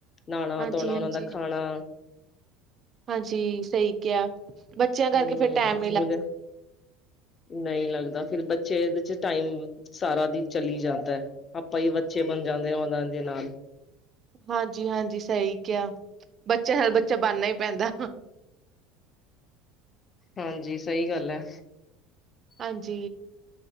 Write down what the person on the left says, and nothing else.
ਨਾਣਾ-ਧੋਣਾ,
ਔਨਾ ਦਾ ਖਾਣਾ।
ਹਮ
ਉਹਦੇ, ਨਹੀਂ ਲੱਗਦਾ। ਫੇਰ ਬੱਚੇ ਇਦੇ ਚ ਟਾਈਮ ਸਾਰਾ ਦਿਨ ਚੱਲੀ ਜਾਂਦਾ ਏ, ਆਪਾ ਈ ਬੱਚੇ ਬਨ ਜਾਂਦੇ ਆ ਔਨਾ ਦੇ ਨਾਲ।
ਹਾਂਜੀ, ਸਹੀ ਗੱਲ ਏ।